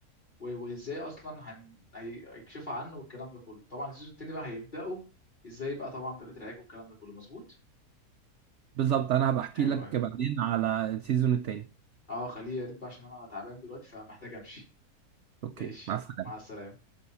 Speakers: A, on the left; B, on the right.
A: و- وازاي اصلا هن... هي- هيكشفوا عنه والكلام ده كله طبعا السيزون التاني بقى هيبداوا ازاي بقى طبعا طريقه العلاج والكلام ده كله مظبوط
B: بالظبط انا هبقى احكي
A: حلو
B: لك
A: أوي.
B: بعدين على السيزون التاني
A: اه خليه يا ريت بقى عشان انا تعبان دلوقتي فمحتاج امشي
B: اوكي
A: ماشي
B: مع السلامه
A: مع السلامه